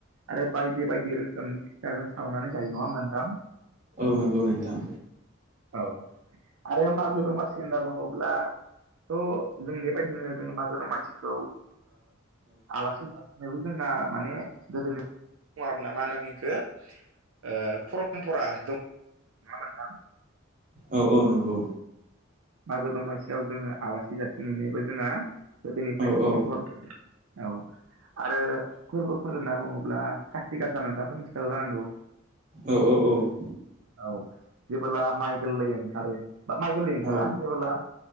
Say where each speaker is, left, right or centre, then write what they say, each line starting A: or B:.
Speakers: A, on the right (about 80°); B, on the right (about 35°).
A: आरो बाय दि बायदि रोखोम फिथाजों सावनानै जायो नङा ओमबा नोंथां?
B: औ औ नोंथां।
A: औ आरो मागो दमासि होनना बुङोब्ला थ' जों बेबायदिनो जों मागो दमासिखौ ओ आलासि जासिनोबो जोंना माने गोदोनि दङ आरोना मा होनोमोन इखो ओ परमपरा दं नङा ओमबा नोंथां?
B: औ औ नंगौ।
A: मागो दमासियाव जोङो आलासि जाबथिंहैनायबो जोंहा गोदोनिफ्रायनो
B: औ
A: परमप
B: औ
A: <unintelligible> औ आरो फोरबोफोर होनना बुङोब्ला खाथि गासा नोंथाङाथ' मिथिखागौ जानांगौ?
B: औ औ औ
A: औ जेबोला माइ गोरलै ओंखारो बा माइ गोरलै ओं फोरा
B: औ
A: जेबोला